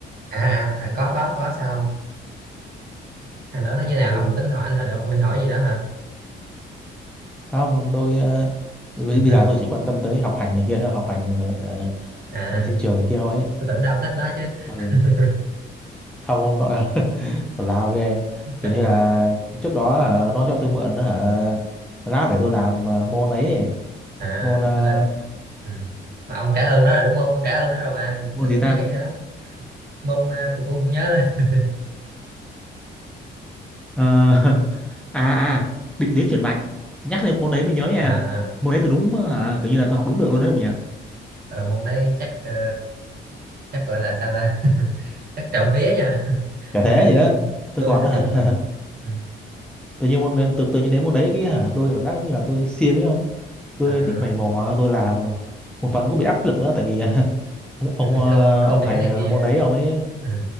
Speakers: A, on the right; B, in the centre.
A: à, à, à có có có sao không thằng đó nó như nào
B: ừ
A: ông tính hỏi anh hồi ông định hỏi gì đó hả
B: không tôi ờ, bây
A: <laughs>
B: bây giờ tôi chỉ quan tâm tới học hành này kia thôi học hành này rồi Ờ.
A: à
B: ở trên trường này kia thôi ấy.
A: tôi tưởng đâu ông thích nó chứ
B: ừ
A: <laughs>
B: không không nội <laughs> tào lao ghê kiểu
A: à,
B: như là trước đó hả, nó cho tôi mượn hả lab để tôi làm ờ, môn ấy, ấy.
A: à
B: môn ờ,
A: nên là ừ. mà ông trả ơn nó rồi đúng không ông trả ơn nó rồi mà
B: môn
A: cần
B: gì ta
A: phải nghĩ nữa môn à, tôi cũng không nhớ nữa
B: Ờ, <laughs> à à định tuyến chuyển mạch nhắc đến môn đấy mới nhớ nha
A: à à.
B: môn đấy tôi đúng hả kiểu như là tôi học đúng được luôn đấy mà nhỉ
A: Ờ, môn đấy chắc ờ, chắc gọi là sao ta <laughs> chắc trộm vía nha <laughs>
B: chả
A: dùng
B: thế
A: từ
B: gì đó tôi
A: tôi
B: còn
A: thích
B: hả
A: dùng
B: <laughs>
A: từ ừ.
B: tự nhiên môn đến tự, tự nhiên đến môn đấy cái hả tôi cảm giác giống như là tôi siêng ấy không tôi
A: à,
B: thích mày mò tôi làm một phần nó cũng bị áp lực nữa tại vì <laughs> ông ông
A: kiểu bị
B: ờ,
A: không không
B: ông
A: điểm
B: thầy
A: này
B: ờ,
A: kia
B: môn đấy ông ấy
A: ừ.